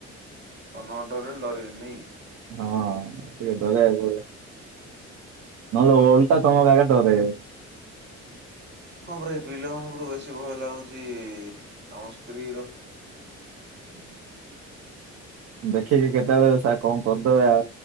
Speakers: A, on the right; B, on the right.
A: ହ ନଡରେଇଲେ ଡରିବେନି ନାଇକି?
B: ହଁ ଟିକେ ଡରେଇବାକୁ ପଡିବ। ନ ଓଲଟା ତମକ ଆଗକୁ ଦରେଇବେ।
A: ହଁ ପରା ଏ ପିଲାମାନଙ୍କଠୁ ବେଶୀ ଭୟ ଲାଗୁଛି ଆମ ସ୍ତ୍ରୀ ର।
B: ଦେଖିକି କେତେବେଳେ ସେ କଣ କରିଦେବେ ଆ